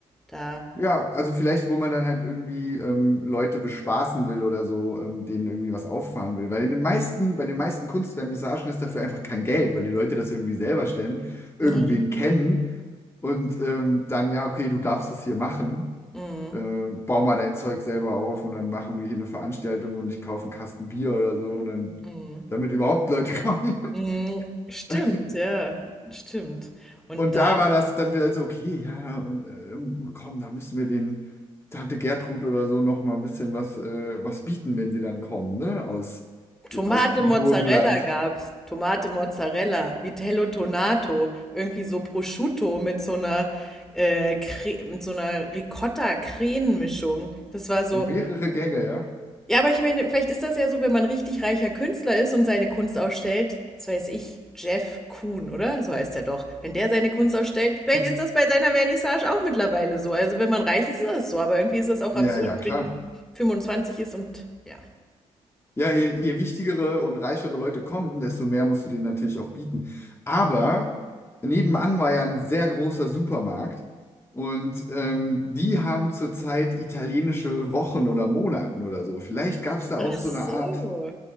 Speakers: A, in the centre; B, on the left.
A: Da.
B: Ja, also vielleicht, wo man dann halt irgendwie ähm, Leute bespaßen will oder so, ähm, denen irgendwie was auffahren will. Weil in den meisten, bei den meisten Kunstvernissagen ist dafür einfach kein Geld, weil die Leute das irgendwie selber stellen, irgendwen
A: Ja.
B: kennen und ähm, dann, ja, okay, du darfst das hier machen,
A: Mhm.
B: äh, bau mal dein Zeug selber auf und dann machen wir hier eine Veranstaltung und ich kaufe einen Kasten Bier oder so und dann,
A: Mhm.
B: damit überhaupt Leute kommen.
A: Mhm. Stimmt,
B: <laughs>
A: ja, stimmt. Und
B: Und
A: da
B: da war das dann vielleicht so, okay, ja, ähm, ähm, komm, da müssen wir den Tante Gertrud oder so noch mal ein bisschen was, äh, was bieten, wenn sie dann kommen, ne? Aus,
A: Tomate
B: aus dem
A: Mozzarella
B: Burgenland.
A: gab's. Tomate Mozzarella, Vitello Tonato, irgendwie so Prosciutto mit so einer äh, Cre mit so einer Ricotta-Creme-Mischung. Das war so,
B: Mehrere Gänge, ja.
A: Ja, aber ich meine, vielleicht ist das ja so, wenn man richtig reicher Künstler ist und seine Kunst ausstellt, das weiß ich, Jeff Kuhn, oder? So heißt er doch. Wenn der seine Kunst ausstellt, vielleicht
B: <laughs>
A: ist das bei seiner Vernissage auch mittlerweile so. Also wenn man reich ist, ist das so. Aber irgendwie ist das auch
B: Ja,
A: absurd,
B: ja, klar.
A: wenn die fünfundzwanzig ist und ja.
B: Ja, je, je wichtigere und reichere Leute kommen, desto mehr musst du denen natürlich auch bieten. Aber nebenan war ja ein sehr großer Supermarkt und ähm, die haben zurzeit italienische Wochen oder Monaten oder so. Vielleicht gab es da
A: Ach
B: auch so
A: so.
B: eine Art